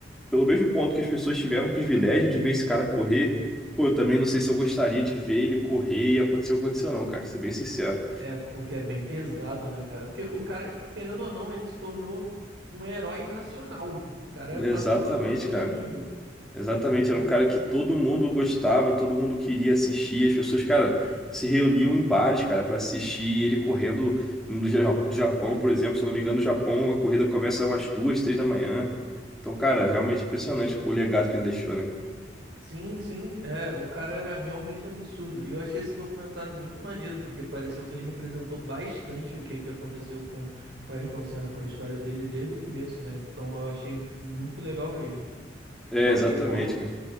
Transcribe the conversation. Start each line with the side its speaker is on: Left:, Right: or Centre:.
Centre: pelo mesmo ponto que as pessoas tiveram o privilégio de ver esse cara correr, pô, eu também não sei se eu gostaria de ver ele correr e acontecer o que aconteceu, não, cara, ser bem sincero.
Right: É porque é bem pesado, né, cara? Porque o cara, querendo ou não, ele se tornou um herói nacional. O cara
Centre: Exatamente,
Right: passou, passou
Centre: cara.
Right: do nível.
Centre: Exatamente,
Right: Então,
Centre: era um cara que todo mundo gostava, todo mundo queria assistir. As pessoas, cara, se reuniam em bares, cara, para assistir. e Ele correndo no Ja- no Japão, por exemplo, se eu não me engano, no Japão a corrida começa umas duas, três da manhã. Então, cara, realmente impressionante o legado que ele deixou, né?
Right: sim, sim, é, o cara era realmente absurdo. E eu achei esse documentário muito maneiro, porque pareceu que ele representou bastante o que, que aconteceu com o Ayrton Senna, com a história dele desde o começo, né? Então eu achei muito legal mesmo.
Centre: É,
Right: Fora
Centre: exatamente,
Right: que, pô,
Centre: cara.